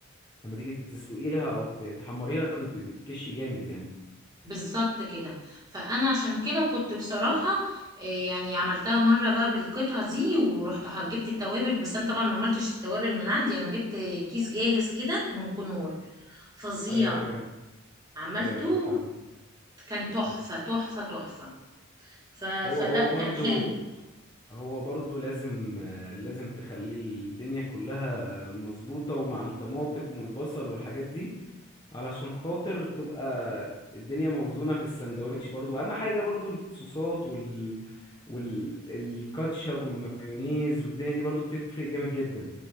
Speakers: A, on the left; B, on the right.
A: لما تيجي تسلقيها او ت- تحمريها بت- بتكش جامد يعني
B: بالظبط كده فانا عشان كده كنت بصراحه آه، يعني عملتها مره بقى بالقطعه دي ورحت ح- جبت التوابل بس انا طبعا ما عملتش التوابل من عندي انا جبت كيس جاهز كده من كنور فظيع
A: ايوه فاهم
B: عملته
A: ايوه ايوه فاهمك
B: كان تحفة تحفة تحفة ف...
A: هو
B: فلا
A: هو
B: كان
A: برضو
B: حلو
A: هو برضو لازم آه، لازم تخلي الدنيا كلها مظبوطة ومع الطماطم والبصل والحاجات دي علشان خاطر تبقى الدنيا موزونة في السندوتش برضو اهم حاجة برضو الصوصات وال والكاتشب والمايونيز والدنيا دي برضو بتفرق جامد جدا